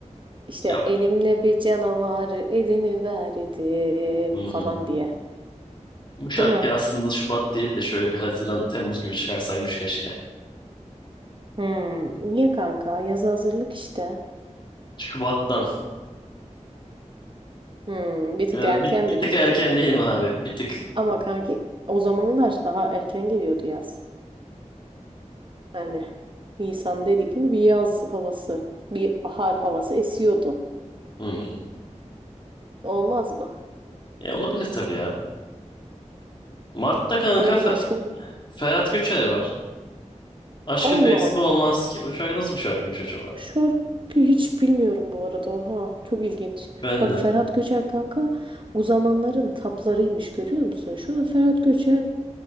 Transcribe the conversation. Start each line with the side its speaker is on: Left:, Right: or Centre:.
Right: İşte
Left: Ya
Right: elimle bir canavarı ediniverdim
Left: Hı hı.
Right: falan diye.
Left: Bu şarkı
Right: Değil mi?
Left: aslında Şubat değil de şöyle bir Haziran, Temmuz gibi çıkarsaymış keşke.
Right: Hmm. Niye kanka? Yazı hazırlık işte.
Left: Şubat'tan.
Right: Hmm. Bir tık
Left: Biraz,
Right: erken
Left: bir,
Right: mi
Left: bir tık
Right: diyorsun?
Left: erken değil mi abi? Bir tık.
Right: Ama kanki o zamanlar daha erken geliyordu yaz. Hani Nisan dedik mi bir yaz havası, bir bahar havası esiyordu.
Left: Hı.
Right: Olmaz mı?
Left: E, olabilir tabii ya. Mart'ta kanka
Right: Kanka
Left: Fe-
Right: başka ne var?
Left: Ferhat Göçer var. Aşkın
Right: Allah
Left: mevsimi
Right: Allah.
Left: olmaz ki. Bu şarkı nasıl bir şarkıymış acaba?
Right: Şarkıyı hiç bilmiyorum bu arada. Oha, çok ilginç.
Left: Ben
Right: Bak
Left: de.
Right: Ferhat Göçer kanka o zamanların taplarıymış görüyor musun? Şu an Ferhat Göçer